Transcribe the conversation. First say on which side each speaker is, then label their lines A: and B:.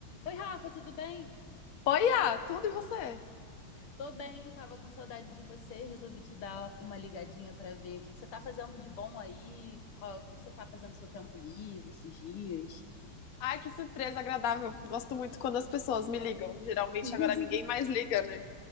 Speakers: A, on the left; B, on the left.
A: Oi, Rafa, tudo bem?
B: Oi, ah, tudo e você?
A: Tô bem, tava com saudade de você, resolvi te dar uma ligadinha pra ver o que que você tá fazendo de bom aí, qual, o que que você tá fazendo no seu tempo livre esses dias.
B: Ai, que surpresa agradável. Gosto muito quando as pessoas me ligam. Geralmente
A: <laughs>
B: agora ninguém mais liga, né?